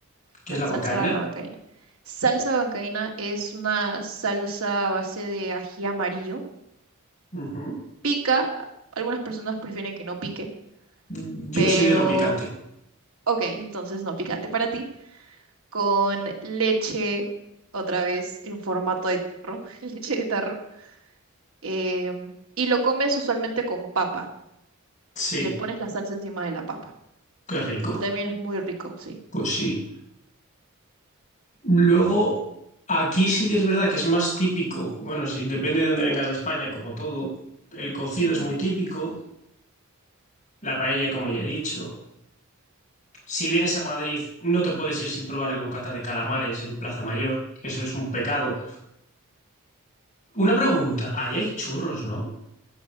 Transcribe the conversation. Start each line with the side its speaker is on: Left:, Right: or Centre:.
Left: ¿Qué
Right: con
Left: es la huancaína?
Right: salsa de la huancaína. Salsa de huancaína es una salsa a base de ají amarillo.
Left: Ujú.
Right: Pica, a- algunas personas prefieren que no pique,
Left: Yo
Right: pero,
Left: soy de no picante.
Right: ok, entonces no picante para ti. Con leche, otra vez, en formato de tarro, <laughs> leche de tarro em, y lo comes usualmente con papa.
Left: Sí,
Right: Le pones la salsa encima de la papa.
Left: qué rico.
Right: Y también es muy rico, sí.
Left: Pues sí. Luego, aquí sí que es verdad que es más típico. Bueno, sí, depende de dónde vengas de España, como todo. El cocido
Right: Ujú.
Left: es muy típico, la paella, como ya he dicho. Si vienes a Madrid, no te puedes ir sin probar el bocata de calamares en Plaza Mayor. Eso es un pecado. Una pregunta, ahí hay churros, ¿no?